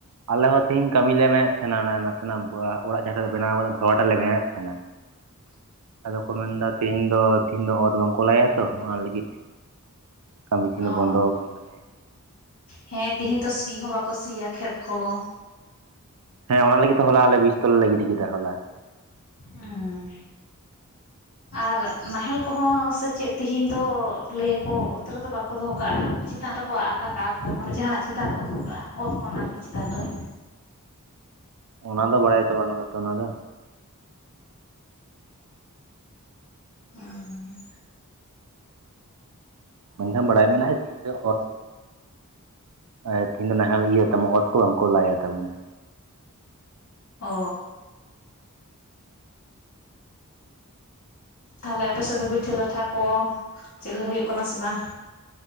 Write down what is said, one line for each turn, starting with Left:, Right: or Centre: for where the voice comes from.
Right: ᱟᱞᱮ ᱦᱚᱸ ᱛᱮᱦᱤᱧ ᱠᱟᱹᱢᱤ ᱞᱮ ᱢᱮᱱᱮᱫ ᱛᱟᱦᱮᱱᱟ ᱾ ᱚᱱᱮᱼ ᱱᱟᱥᱮᱱᱟᱜ ᱚᱲᱟᱜ ᱡᱟᱦᱟᱸ ᱴᱷᱮᱡ ᱞᱮ ᱵᱮᱱᱟᱣ ᱟᱠᱟᱫᱟ ᱵᱷᱚᱨᱟᱴ ᱟᱞᱮ ᱵᱮᱱᱟᱣᱮᱫ ᱛᱟᱦᱮᱱᱟ
Left: <inaudible>
Right: ᱾ ᱟᱫᱚ ᱠᱚ ᱢᱮᱱᱫᱟ ᱛᱮᱦᱤᱧ ᱫᱚ ᱛᱮᱤᱦᱤᱧ ᱫᱚ ᱚᱛ ᱵᱟᱝ ᱠᱚ ᱞᱟᱭᱟ ᱾ ᱛᱚ ᱚᱱᱟ ᱞᱟᱹᱜᱤᱫ ᱠᱟᱹᱢᱤ ᱛᱤᱦᱤᱧ ᱫᱚ
Left: ᱚᱻ
Right: ᱵᱚᱱᱫᱚ ᱟᱠᱟᱱ ᱛᱟᱞᱮᱭᱟ
Left: ᱦᱮᱸ ᱛᱤᱦᱤᱧ ᱛᱚ ᱥᱤ ᱦᱚᱸ ᱵᱟᱠᱚ ᱥᱤᱭᱟ ᱠᱷᱮᱛ ᱠᱚ ᱾
Right: ᱦᱮᱸ ᱚᱱᱟ ᱞᱟᱹᱜᱤᱫ ᱛᱮ ᱦᱚᱞᱟ ᱟᱞᱮ ᱵᱤᱡᱛᱚᱞᱟ ᱞᱮ ᱜᱤᱰᱤ ᱠᱮᱫᱟ ᱦᱚᱞᱟ᱾
Left: ᱦᱮᱸ ᱟᱨ ᱱᱟᱦᱮᱞ ᱠᱚᱦᱚᱸ ᱥᱮ ᱪᱮᱫ ᱛᱮᱦᱤᱧ ᱫᱚ ᱞᱟᱹᱭ ᱟᱠᱚ ᱚᱛ ᱨᱮᱫᱚ ᱵᱟᱠᱚ ᱫᱚᱦᱚ ᱠᱟᱜ-ᱟ ᱪᱮᱛᱟᱱ ᱨᱮᱼᱼ ᱠᱚ ᱟᱠᱟ ᱠᱟᱜ ᱠᱚ ᱢᱟᱱᱮ ᱡᱟᱦᱟᱱᱟᱜ ᱪᱮᱛᱟᱱ ᱨᱮᱠᱚ ᱫᱚᱦᱚ ᱠᱟᱜ-ᱟ ᱚᱛ ᱠᱷᱚᱱ ᱟᱨᱠᱤ ᱪᱮᱛᱟᱱ ᱨᱮ᱾
Right: ᱚᱱᱟ ᱫᱚ ᱵᱟᱲᱟᱭ ᱛᱚ ᱵᱟᱹᱱᱩᱜ-ᱟ ᱛᱚ ᱚᱱᱟ ᱫᱚᱼᱼ
Left: ᱚᱸᱻ
Right: ᱢᱮᱱᱠᱷᱟᱱ ᱵᱟᱲᱟᱭ ᱢᱮᱱᱟᱜ-ᱟ ᱛᱮᱦᱮᱧ ᱫᱚ ᱚᱛᱼᱼ ᱮᱸ ᱛᱮᱤᱧ ᱫᱚ ᱱᱟᱦᱮᱞ ᱤᱭᱟᱹ ᱛᱚᱢᱮ ᱚᱛ ᱠᱳ ᱵᱟᱝ ᱠᱳ ᱞᱟᱭᱟ ᱛᱟ ᱢᱟᱱᱮ᱾
Left: ᱚᱻ ᱛᱟᱦᱚᱞᱮ ᱟᱯᱮ ᱥᱮᱫ ᱫᱚ ᱯᱤᱴᱷᱟᱹ ᱞᱟᱴᱷᱟ ᱠᱚ ᱪᱮᱫ ᱦᱩᱭᱩᱜ ᱠᱟᱱᱟ ᱥᱮ ᱵᱟᱝ?